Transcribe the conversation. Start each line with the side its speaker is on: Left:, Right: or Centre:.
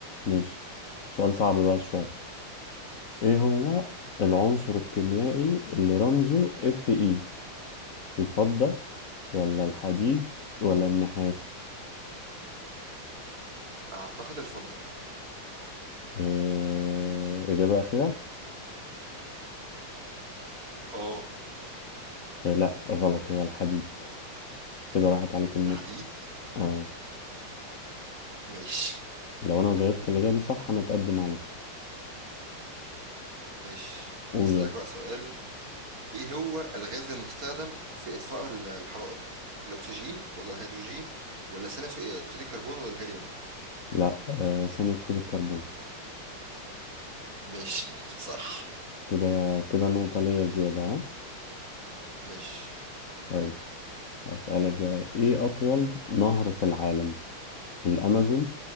Left: ماشي سؤال صعب بقى شوية ايه هو العنصر الكيميائي اللي رمزه اف اي الفضة ولا الحديد ولا النحاس
Right: اعتقد الفضة
Left: إيه... إجابة أخيرة
Right: اه
Left: إيه لا غلط هو الحديد كده راحت عليك النقطة
Right: الحديد
Left: اه
Right: مش
Left: لو أنا جاوبت الإجابة دي صح أنا أتقدم عليك
Right: مش
Left: قول
Right: هسألك
Left: يلا
Right: بقى سؤال ايه هو الغاز المستخدم في اطفاء ال- الحرائق الاكسجين ولا الهيدروجين ولا ثاني اكسيد الكربون ولا الهيليوم
Left: لا آه ثاني أكسيد الكربون
Right: مش <laughs> صح
Left: كده كده نقطة ليا زيادة ها
Right: مش
Left: طيب هسألك بقى إيه أطول نهر في العالم الأمازون